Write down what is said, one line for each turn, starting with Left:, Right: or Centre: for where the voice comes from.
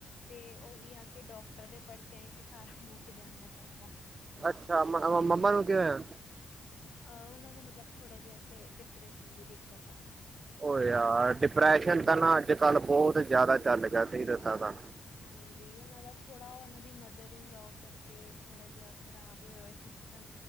Left: 'ਤੇ ਉਹੀ ਆ ਕੇ ਡਾਕਟਰ ਦੇ ਪਰਚਿਆਂ 'ਚ ਹੀ ਸਾਰਾ ਮੁੱਕ ਜਾਂਦਾ ਪੈਸਾ।
Right: ਅੱਛਾ, ਮੰਮਾ ਨੂੰ ਕਿ ਹੋਇਆ?
Left: ਅਹ, ਉਹਨਾਂ ਨੂੰ ਮਤਲਬ ਥੋੜ੍ਹਾ ਜਿਹਾ 'ਤੇ ਡਿਪਰੈਸ਼ਨ ਦੀ ਦਿੱਕਤ ਆ।
Right: ਔਹ ਯਾਰ, ਡਿਪਰੈਸ਼ਨ ਤਾਂ ਨਾ ਅੱਜ -ਕੱਲ੍ਹ ਬਹੁਤ ਜਿਆਦਾ ਚੱਲ ਗਿਆ, ਸਹੀ ਦੱਸਾਂ ਤਾਂ।
Left: ਹਾਂਜੀ, ਉਹਨਾਂ ਦਾ ਥੋੜ੍ਹਾ, ਉਹਨਾਂ ਦੀ ਮਦਰ- ਇਨ -ਲੋਅ ਕਰਕੇ ਥੋੜ੍ਹਾ ਜਿਹਾ ਖਰਾਬ ਹੋਇਆ -ਹੋਇਆ।